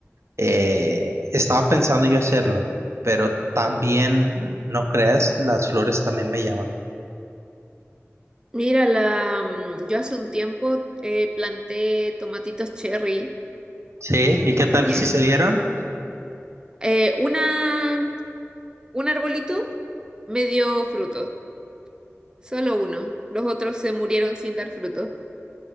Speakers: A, on the right; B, on the right.
A: Eh, estaba pensando yo hacerlo, pero también, no creas, las flores también me llaman.
B: Mira, la, mm, yo hace un tiempo eh, planté tomatitos cherry.
A: Sí, ¿y qué tal?
B: <laughs>
A: si se dieron?
B: Eh, una, un arbolito me dio frutos, solo uno. Los otros se murieron sin dar frutos.